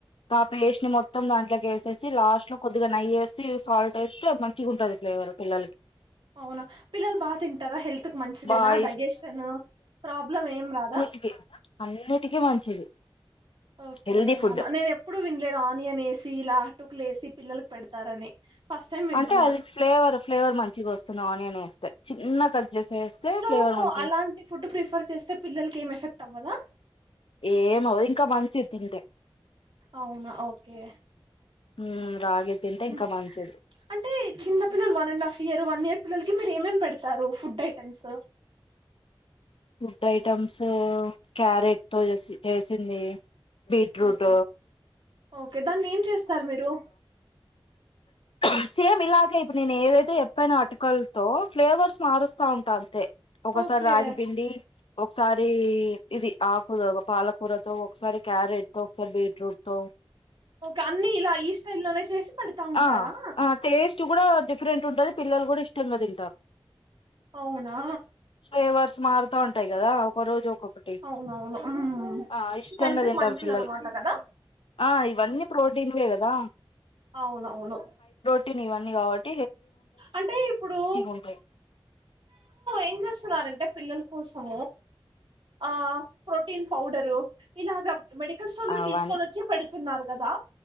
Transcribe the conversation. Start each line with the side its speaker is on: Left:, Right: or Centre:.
Left: త పిలేష్ ని మాత్ మొత్తం దాంట్లోకి వేసేసి లాస్ట్ లో కొద్దిగా నెయ్యి వేసి సాల్ట్ వేస్తే మంచిగా ఉంటది ఫ్లేవర్ పిల్లలకి
Right: అవునా పిల్లలు బా తింటారా హెల్త్ క మంచిదేనా
Left: బాగా
Right: డైజెషన్ ప్రాబ్లమ్ ఏం రాదా
Left: టికీ అన్నిటికీ మంచిది
Right: ఓకే
Left: హెల్దీ ఫుడ్
Right: అలా నేను ఎప్పుడు వినలేదు ఆనియన్ ఏసి ఇలా టుకులు ఏసి పిల్లలకు పెడతారని ఫస్ట్ టైం వింటున్నా
Left: అంటే అది ఫ్లేవర్ ఫ్లేవర్ మంచిగా వస్తుంది ఆనియన్ వేస్తే చిన్న కట్ చెస్ వేస్తే ఫ్లేవర్
Right: ఊ
Left: మంచిగా
Right: అలాంటి ఫుడ్ ప్రిఫర్ చేస్తే పిల్లలకి ఏం ఎఫెక్ట్ అవ్వదా
Left: ఏం అవ్వదు ఇంకా మంచిది తింటే
Right: అవునా ఓకే
Left: ఉమ్ రాగి తింటే ఇంకా
Right: ఉ
Left: మంచిది
Right: అంటే చిన్న పిల్లలు one and half year one year పిల్లలకి మీరు ఏమేమి పెడతారు food items
Left: food items carrot తో చేసి చేసింది బీట్రూట్
Right: ఓకే ఓకే దాన్ని ఏం చేస్తారు మీరు
Left: అ సేమ్ ఇలాగే ఇప్పుడు నేను ఏదైతే చెప్పానో అటుకలతో ఫ్లేవర్స్ మారుస్తా ఉంటా అంతే ఒకసారి
Right: ఓకే
Left: రాగి పిండి ఒకసారి ఇది ఆకదు పాలకూర తో ఒకసారి క్యారెట్ తో ఒకసారి బీట్రూట్ తో
Right: క అన్నీ ఇలా ఈ స్టైల్ లోనే చేసి పెడతా ఉంటారా
Left: ఆ ఆ టేస్ట్ కూడా డిఫరెంట్ ఉంటది పిల్లలు కూడా ఇష్టం గా తింటారు
Right: అవునా
Left: ఫ్లేవర్స్ మారుతా ఉంటాయి కదా ఒక్కరోజు ఒక్కొక్కటి
Right: అవునవును మ్మ్
Left: ఆ ఇష్టంగా
Right: హెల్త్
Left: తింటారు
Right: కి మంచిది
Left: పిల్లలు
Right: అనమాట కదా
Left: ఆ ఇవన్నీ ప్రోటీన్ వే కదా
Right: అవునవును
Left: టి ఇవన్నీ కాబట్
Right: అంటే ఇప్పుడు
Left: ఉంటాయి
Right: ఏం చేస్ ఇస్తున్నారు అంటే పిల్లల కోసం ఆ ప్రోటీన్ పౌడర్ దు ఇలాగ మెడికల్ స్టోర్ లో
Left: అవన్
Right: తీసుకోనిచ్చి పెడుతున్నారు కదా